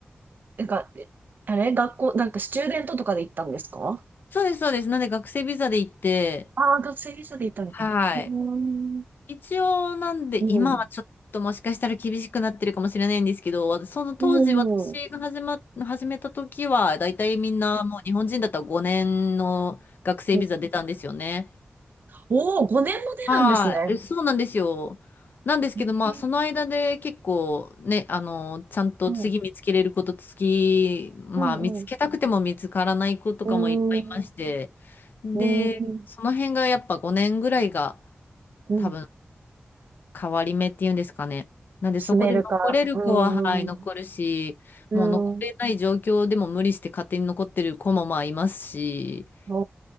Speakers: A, on the right; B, on the left.
A: なんか、えあれ学校、なんかスチューデントとかで行ったんですか
B: そうです、そうです。なんで学生ビザで行って、
A: ああー、学生ビザで行ったみたいな。
B: はい。
A: うーん。
B: 一応、なんで、
A: うん。
B: 今はちょっともしかしたら厳しくなってるかもしれないんですけど、わその当時私が始ま、
A: うん。うん。
B: 始めた時は、だいたいみんなもう日本人だったら5年の学生ビザ出たんですよね。
A: うんおおー、5年も出るんですね。
B: はい、えそうなんですよ。なんですけど、
A: ええ
B: まあ、その間で結構ね、あの、ちゃんと次見つけれること、
A: うん。
B: 次、まあ、
A: うん。
B: 見つけたくても見つからない子とかもいっぱいいまして、
A: うん。うーん。
B: で、
A: うーん。
B: その辺がやっぱ5年ぐらいが
A: うん。
B: 多分変わり目っていうんですかね。なんで、
A: 住めるか。
B: そこで残れる子は、
A: うーん。
B: はい、残るし、
A: うん。
B: もう残れない状況でも無理して勝手に残ってる子もまあいますし、
A: お